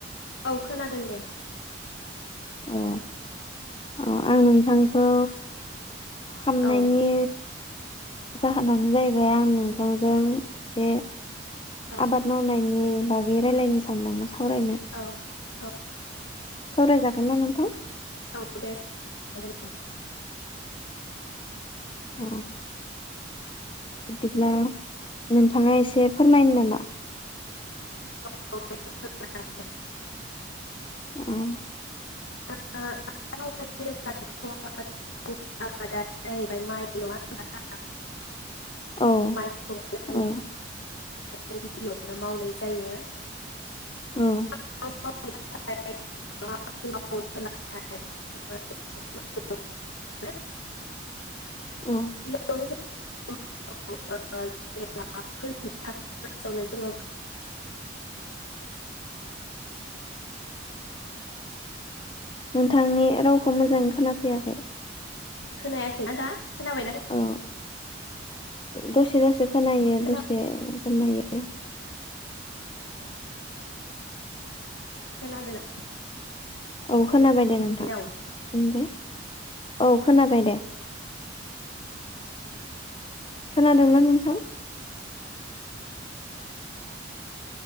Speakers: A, on the left; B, on the left.
A: औ खोनादों दे।
B: औ औ आं नोंथांखौ हामनायनि
A: औ
B: जाहोनानो जाहैबाय आं नोंथांजों ए
A: औ
B: आबाद मावनाय नि बागै रायलायनो सानदोंमोन। सावरायनो
A: औ औ
B: सावरायजागोन ना नोंथां
A: औ दे <unintelligible>
B: औ बिदिब्ला नोंथाङा एसे फोरमायनो नामा
A: <unintelligible>
B: उम
A: <unintelligible> जाहैबाय माइ नङा होनबा
B: औ
A: माइखौनो जों
B: औ
A: जों गिबियावनो मावनाय जायो।
B: औ
A: <unintelligible>
B: औ
A: <unintelligible> जोङो
B: नोंथांनि रावखौ मोजाङै खोनाफैयाखै
A: खोनायाखैना दा खोनाबायना खोनाया
B: औ दसे दसे खोनायो
A: खोना
B: दसे दायो।
A: खोनादों।
B: औ खोनाबाय दे नोंथां
A: हेलौ
B: बुंदे औ खोनाबाय दे खोनादोंना नोंथां